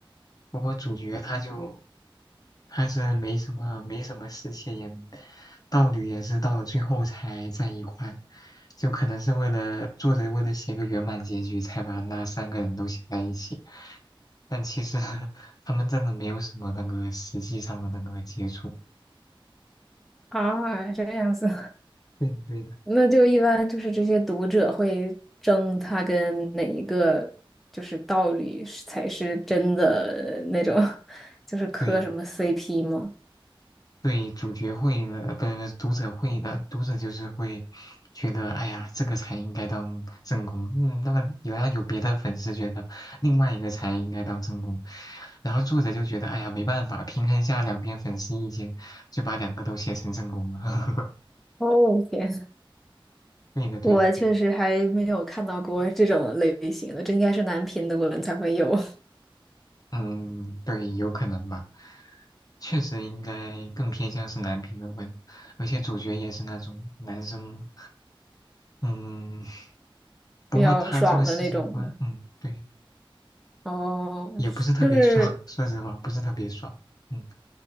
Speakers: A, on the left; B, in the centre.
A: 不过主角他就他是没什么没什么侍妾也，道侣也是到了最后才在一块，就可能是为了作者为了写个圆满结局，才把那三个人都写在一起。但其实 <laughs> 他们真的没有什么那个实际上的那个接触。
B: <laughs> 啊，这样子。
A: 对的，对的，
B: 那就一般就是这些读者会争他跟哪一个就是道理是才是真的那种，就是磕什么
A: 对
B: CP 吗？
A: 对，主角会的，不是读者会的，读者就是会觉得，哎呀，这个才应该当正宫，嗯，那个有要有别的粉丝觉得另外一个才应该当正宫，然后作者就觉得，哎呀，没办法，平衡下两边粉丝意见，就把两个都写成正宫了。<laughs>
B: 哦，天，
A: 对的，对的对的
B: 我确实还没有看到过这种类型的，这应该是男频的文才会有
A: 嗯，对，有可能吧。确实应该更偏向是男频的文，而且主角也是那种男生嘛。嗯，
B: <laughs>
A: 不过他这个世界观，
B: 比较爽的那种吗？
A: 嗯，对，
B: 哦，
A: 也不是特别爽，
B: 是就是，
A: <laughs> 说实话，不是特别爽。嗯，